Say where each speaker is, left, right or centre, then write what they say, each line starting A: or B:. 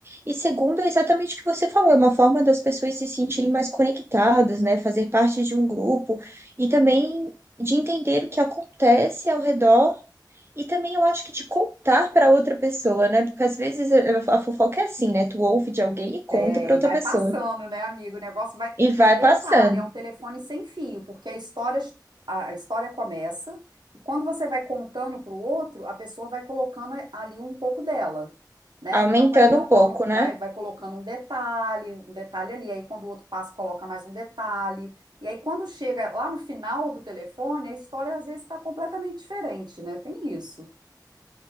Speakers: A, on the right (about 35°); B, on the right (about 75°).
A: e segundo é exatamente o que você falou, é uma forma das pessoas se sentirem mais conectadas, né? Fazer parte de um grupo e também de entender o que acontece ao redor e também eu acho que de contar para outra pessoa, né? Porque às vezes a a fofoca é assim, né? Tu ouve de alguém e conta
B: É,
A: para
B: e
A: outra
B: vai
A: pessoa.
B: passando, né, amigo? O negócio vai.
A: E vai
B: Não, e detalhe,
A: passando,
B: é um telefone sem fio, porque a história, a, a história começa e quando você vai contando para o outro, a pessoa vai colocando ali um pouco dela, né?
A: aumentando
B: Então vai colocando,
A: um pouco, né?
B: vai, vai colocando um detalhe, um detalhe ali. Aí quando o outro passa, coloca mais um detalhe. E aí quando chega lá no final do telefone, a história às vezes está completamente diferente, né? Tem isso.